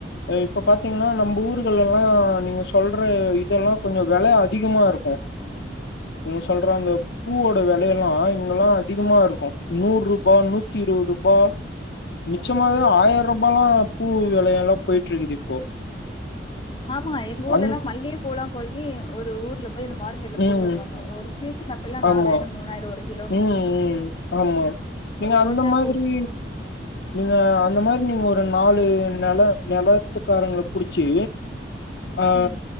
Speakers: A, on the left; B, on the left.
A: இப்ப பாத்தீங்கன்னா நம்ப ஊர்கள் எல்லா நீங்க சொல்ற இதெல்லா கொஞ்ச வெல அதிகமா இருக்கு இவங் சொல்ற அந்த பூவோட வெலைய எல்லா இங்கெல்லா அதிகமா இருக்கு நூருபா நூத்தி இருபது ருபா நிச்சமாவே ஆயிரம் ரூபாயாலாம் பூ வெலை எல்லா போயிட்டு இருக்குது இப்போ
B: ஆமா எங்க ஊர்ல
A: அந்
B: எல்லா மல்லிய பூலாம் போயி ஒரு ஊர்ல போய் இந்த மார்க்கெட்ல
A: ம்
B: போட்டு வருவாங்க ஒரு சீசன் அப்பைல்லா
A: ஆமா
B: நாலயிர மூணாயிர ஒரு கிலோ
A: ம் ம் ஆமா நீங்க
B: ரோஜா
A: அந்த மாதிரி
B: பூ
A: நீங்க அந்த மாரி நீங்க ஒரு நாலு நெல நெலத்துக்காரங்கள புடிச்சி அ
B: ம்